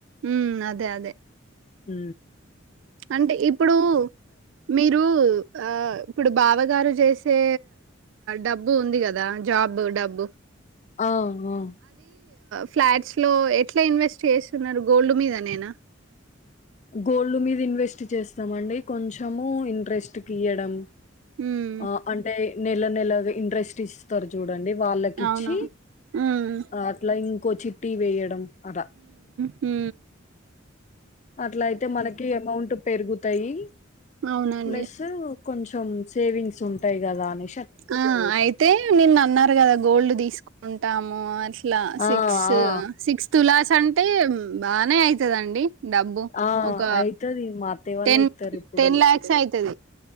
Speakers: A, on the right; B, on the left.
A: ఉ అదే అదే
B: ఊ
A: అంటే ఇప్పుడు మీరు ఆ ఇప్పుడు బావగారు చేసే డబ్బు ఉంది కదా జాబ్ డబ్బు
B: ఆ ఆ
A: ఫ్లాట్స్ లో ఎట్లా ఇన్వెస్ట్ చేస్తున్నారు గోల్డ్ మీద నేనా
B: గోల్డ్ మీద ఇన్వెస్ట్ చేస్తామండి కొంచము ఇంట్రెస్ట్కి ఇయడం
A: హ్మ్.
B: ఆ అంటే నెల నెలది ఇంట్రెస్ట్ టిస్స్తారు చూడండి వాళ్ళకి
A: అవునవును.
B: ఇచ్చి
A: హ్మ్.
B: అట్లా ఇంకో చిట్టీ వేయడం అదా
A: ఊ
B: అట్లా అయితే మనకి అమౌంట్ పెరుగుతాయి
A: అవునండి.
B: ప్లస్ కొంచెం సేవింగ్స్ ఉంటాయి కదా అని
A: ఆ అయితే నిన్న అన్నారు కదా గోల్డ్ తీసుకుంటాము అ ఇలా సిక్స్
B: ఆ! ఆ!
A: సిక్స్త్ క్లాస్ అంటే బాగా అయితదండి డబ్బు
B: ఆ!
A: ఒక
B: అయితది. మా అత్తయ్య వాళ్ళే
A: టెన్
B: ఇత్తరిప్పుడు.
A: టెన్ లాక్సే అయితది